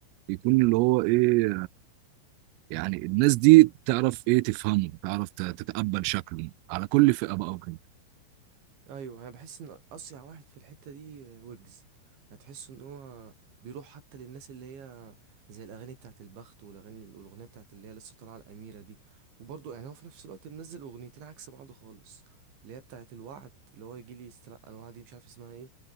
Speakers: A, on the right (about 85°); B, on the right (about 60°).
A: يكون اللي هو ايه يعني الناس دي تعرف ايه تفهمه تعرف ت- تتقبل شكله على كل فئة بقى وكده
B: ايوه انا بحس ان اصيع واحد في الحته دي ويجز هتحس ان هو بيروح حتى للناس اللي هي زي الاغاني بتاعت البخت والاغاني والاغنيه بتاعت اللي هي لسه طالعه الاميره دي وبرضه يعني هو في نفس الوقت منزل اغنيتين عكس بعض خالص اللي هي بتاعت الوعد اللي هو يجي لي يستلقى الوعد دي مش عارف اسمها ايه